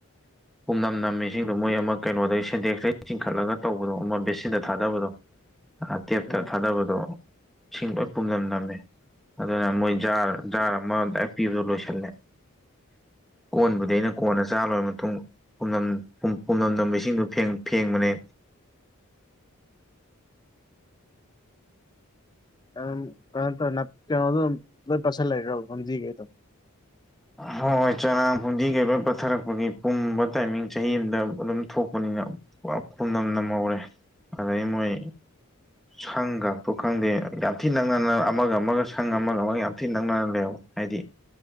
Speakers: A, in the centre; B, on the left (about 20°).
A: ꯄꯨꯝꯅꯝꯅꯝꯃꯤ ꯏꯁꯤꯡꯗꯣ
B: ꯎꯝ
A: ꯃꯣꯏ ꯑꯃ ꯀꯩꯅꯣꯗꯩ ꯁꯦꯟꯗꯦꯛꯛꯇꯩ ꯆꯤꯡꯈꯠꯂꯒ ꯇꯧꯕꯗꯣ ꯑꯃ ꯕꯦꯁꯤꯟꯗ ꯊꯥꯗꯕꯗꯣ ꯇꯦꯞꯇ
B: ꯎꯝ
A: ꯊꯥꯗꯕꯗꯣ ꯏꯁꯤꯡ ꯂꯣꯏ ꯄꯨꯝꯅꯝ ꯅꯝꯃꯦ ꯑꯗꯨꯅ ꯃꯣꯏ ꯖꯥꯔ ꯖꯥꯔ ꯑꯃ ꯗꯥꯏꯔꯦꯛ ꯄꯤꯕꯗꯣ ꯂꯣꯏꯁꯤꯜꯂꯦ ꯀꯣꯟꯕꯨꯗꯤ ꯑꯩꯅ ꯀꯣꯟꯅ ꯆꯥ ꯂꯣꯏꯔ ꯃꯇꯨꯡ ꯄꯝꯅꯝ ꯄꯝꯅꯝ ꯅꯝꯕ ꯏꯁꯤꯡꯗꯨ ꯐꯦꯡꯕꯅꯦ
B: <unintelligible> ꯀꯩꯅꯣꯗꫭ ꯑꯗꯨ ꯂꫭꯏ ꯇꯁꯜ ꯂꯩꯔ ꯐꯨꯝꯗꯤ ꯈꯩꯏꯗꫭ
A: ꯍꯣꯏ ꯍꯣꯏ ꯆꯔꯥꯡ ꯐꯨꯝꯗꯤꯒꯩ ꯂꯣꯏ ꯄꯠꯊꯔꯛꯄꯒꯤ ꯄꯨꯝꯕ ꯇꯥꯏꯃꯤꯡ ꯆꯍꯤ ꯑꯃꯗ ꯑꯗꯨꯝ ꯊꯣꯛ ꯅꯤꯅ ꯄꯨꯝꯅꯝ ꯅꯝꯍꯧꯔꯦ ꯑꯗꯥꯒꯤ ꯃꯣꯏ ꯁꯪꯒꯥꯗꫭ ꯈꯪꯗꯦ ꯌꯥꯝ ꯊꯤꯅ ꯅꯪꯅꯅ ꯑꯃꯒ ꯑꯃꯒ ꯁꯪ ꯑꯃꯒ ꯑꯃꯒ ꯌꯥꯝ ꯊꯤꯅ ꯅꯛꯅꯅ ꯂꯩ ꯍꯧꯏ ꯍꯥꯏꯗꯤ